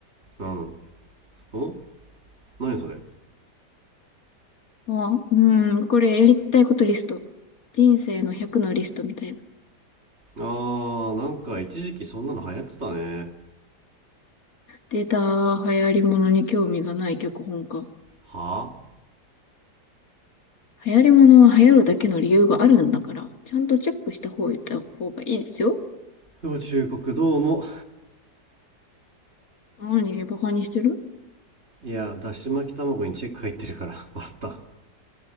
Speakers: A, on the right; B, on the left.
A: うん。お何それ
B: ああ、うん、これやりたいことリスト。人生の100のリストみたいな。
A: あー、なんか一時期そんなの流行ってたね。
B: データ、流行り物に興味がない脚本家。
A: はあ
B: 流行り物は流行るだけの理由があるんだから、ちゃんとチェックした方が方がいいですよ。
A: 宇宙国どうも。
B: 何、バカにしてる
A: いや、だし巻き卵にチェック入ってるから <laughs> 笑った。